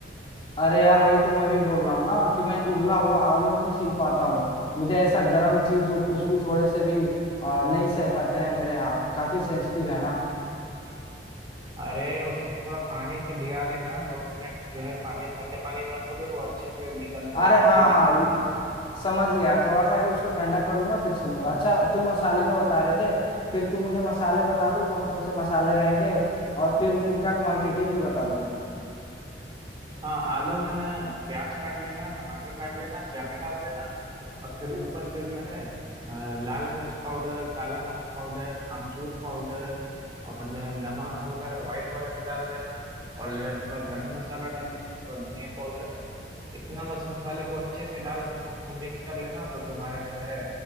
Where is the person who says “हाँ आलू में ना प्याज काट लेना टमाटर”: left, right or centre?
Right